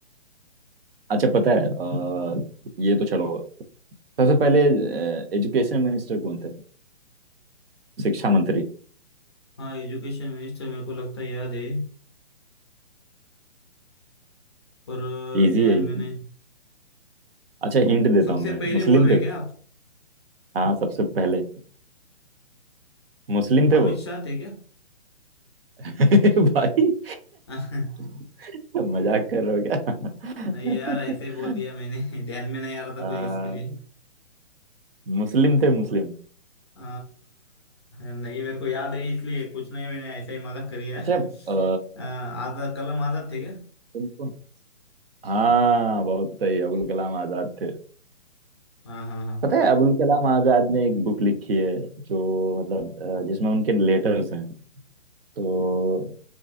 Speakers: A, on the right (about 55°); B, on the left (about 25°).
A: अच्छा पता है अ, ये तो छोड़ो सबसे पहले एजुकेशन मिनिस्टर कौन थे शिक्षा मंत्री
B: हाँ एजुकेशन मिनिस्टर मेरे को लगता है याद है पर
A: इजी
B: अ, ध्यान
A: है इजी
B: में नहीं
A: अच्छा हिंट देता
B: सबसे
A: हूँ मैं
B: पहले
A: मुस्लिम
B: बोल रहे
A: थे
B: क्या आप
A: हाँ सबसे पहले मुस्लिम थे
B: अमित
A: वो
B: शाह थे क्या
A: <laughs> भाई
B: <laughs>
A: <laughs> मजाक कर रहे हो क्या
B: नहीं यार ऐसे ही बोल दिया मैंने <laughs> ध्यान में नहीं आ रहा था
A: <laughs> आ,
B: कुछ इसके लिए
A: मुस्लिम थे मुस्लिम
B: अ, नहीं मेरे को याद है इसलिए कुछ नहीं मैंने ऐसा ही मजाक करी है
A: अच्छा
B: <laughs>
A: आ,
B: अ, आजाद कलम आजाद थे क्या
A: तुमको हाँ बहुत सही अबुल कलाम आजाद थे
B: हाँ हाँ हाँ
A: पता है अबुल कलाम आजाद ने एक बुक लिखी है जो मतलब अ, जिसमें उनके लेटर्स हैं तो